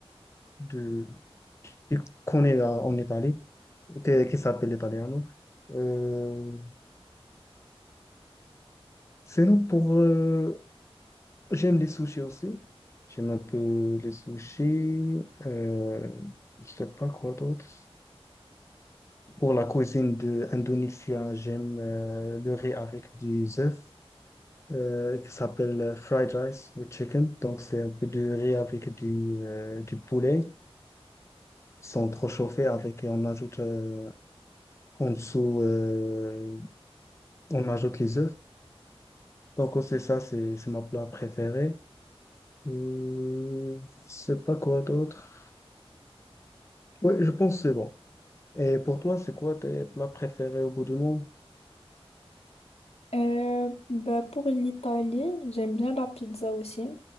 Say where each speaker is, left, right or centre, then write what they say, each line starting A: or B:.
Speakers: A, on the left; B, on the left.
A: de, de- qu'on est euh, en Italie. que- qui s'appelle l'italiano. Euh, sinon, pour... euh, j'aime les sushis aussi. J'aime un peu les sushis. Euh, je sais pas quoi d'autre. Pour la cuisine de indonésienne, j'aime euh, le riz avec des œufs euh, qui s'appelle euh, fried rice with chicken. Donc, c'est un peu de riz avec du, euh, du poulet. Ils sont trop chauffés avec, et on ajoute euh, en dessous, euh, on ajoute les œufs. Donc, c'est ça, c'est c'est ma plat préférée. Euh, je sais pas quoi d'autre. Oui, je pense que c'est bon. Et pour toi, c'est quoi tes plats préférés au bout du monde?
B: Euh, bah pour l'Italie, j'aime bien la pizza aussi.